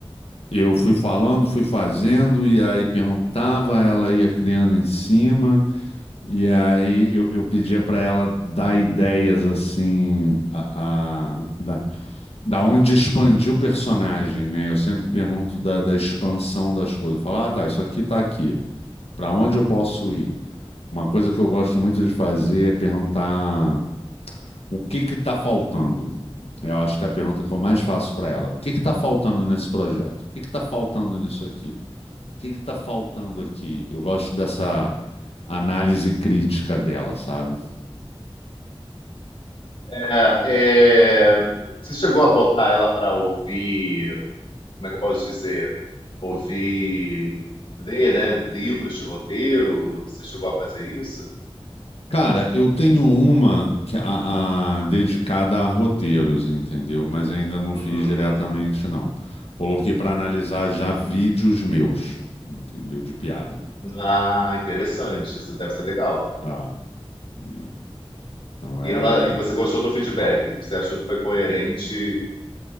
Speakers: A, on the left (about 80°); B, on the left (about 60°).
A: Eu fui falando, fui fazendo, e aí perguntava, ela ia criando em cima, e aí eu, eu pedia para ela dar ideias assim, a, a- da, da onde expandir o personagem, né? Eu sempre pergunto da, da expansão das coisas. Falar, ah, tá, isso aqui tá aqui, para onde eu posso ir? Uma coisa que eu gosto muito de fazer é perguntar o que que tá faltando. Eu acho que é a pergunta que eu mais faço para ela. O que que tá faltando nesse projeto? O que que tá faltando nisso aqui? que que tá faltando aqui? Eu gosto dessa análise crítica dela, sabe?
B: É, é, Você chegou a botar ela para ouvir, como é que eu posso dizer? Ouvir, ler, né? Livros de roteiro? Você chegou a fazer isso?
A: Cara, eu tenho uma que a, a- dedicada a roteiros, entendeu? Mas ainda não
B: Hum,
A: fiz diretamente, não. Coloquei para analisar já vídeos meus, entendeu? De piada.
B: Ah, interessante. Isso deve ser legal.
A: Ah, entendeu? Então
B: E
A: é.
B: ela, e você gostou do feedback? Você achou que foi coerente